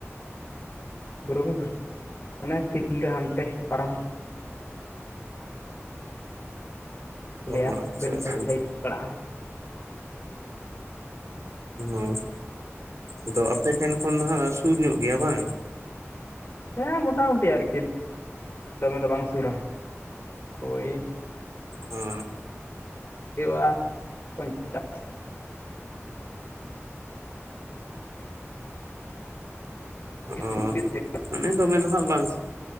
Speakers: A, on the left; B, on the right.
A: ᱵᱩᱨᱩ ᱵᱚᱸᱜᱟ ᱦᱟᱱᱮ ᱥᱤᱞᱫᱟᱹ ᱦᱟᱱᱛᱮ ᱯᱟᱨᱚᱢ ᱪᱮᱫ ᱠᱚ
B: ᱚ
A: ᱞᱟᱹᱭᱟ
B: ᱟᱪᱪᱷᱟ
A: ᱵᱮᱞᱯᱟᱦᱟᱲᱤ
B: ᱟᱪᱪᱷᱟ
A: ᱥᱟᱭᱤᱰ ᱯᱟᱲᱟᱜᱼᱟ
B: ᱚ ᱟᱫᱚ ᱟᱯᱮ ᱴᱷᱮᱱ ᱠᱷᱚᱱ ᱫᱚ ᱦᱟᱜ ᱥᱩᱨ ᱧᱚᱜ ᱜᱮᱭᱟ ᱵᱟᱝ
A: ᱦᱮᱸ ᱢᱚᱴᱟ ᱢᱩᱴᱤ ᱟᱨᱠᱤ ᱫᱚᱢᱮ ᱫᱚ ᱵᱟᱝ ᱥᱩᱨᱟ ᱦᱳᱭ
B: ᱦᱚ
A: ᱦᱮᱣᱟ ᱯᱚᱧᱪᱟᱥ
B: ᱚ
A: ᱪᱷᱩ <inaudible>
B: ᱢᱟᱱᱮ ᱫᱚᱢᱮ ᱫᱚ ᱦᱟᱜ ᱵᱟᱝ